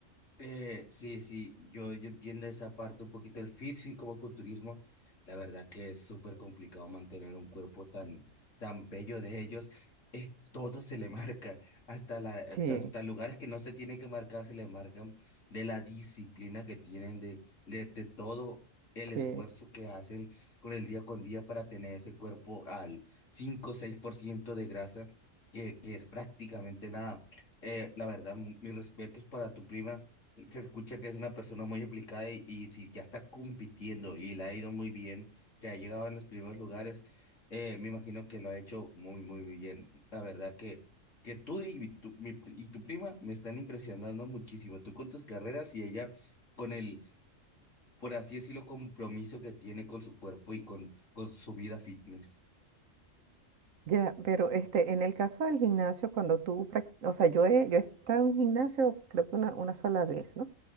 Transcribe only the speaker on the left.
Eh, sí, sí, yo, yo entiendo esa parte un poquito el fitness y como culturismo, la verdad que es súper complicado mantener un cuerpo tan, tan bello de ellos, es, todo se le <laughs> marca, hasta la,
o sea, hasta lugares que no se tiene que marcar se le marcan de la disciplina que tienen, de, de, de todo el
esfuerzo que hacen con el día con día para tener ese cuerpo al 5 o seis por ciento de grasa, que, que es prácticamente nada. Eh, la verdad, mu- mis respetos para tu prima se escucha que es una persona muy aplicada y, y sí, ya está compitiendo y le ha ido muy bien, que ha llegado en los primeros lugares. eh, me imagino que lo ha hecho muy, muy, muy bien. La verdad que, que tú y mi- tu, mi pri- y tu prima me están impresionando muchísimo. Tú con tus carreras y ella con el, por así decirlo, compromiso que tiene con su cuerpo y con, con su vida fitness.